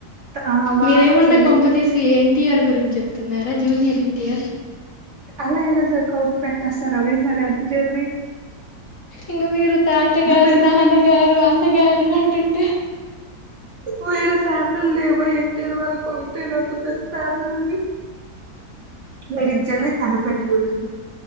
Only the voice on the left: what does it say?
మీరేమన్న
కొంపతీసి ఎన్టీఆర్ గురి రించి చెప్తున్నారా జూనియర్ ఎటీఆర్
ఇంగా మీరు తాత గారు
నాన్నగారు అన్నగారు అంటుంటే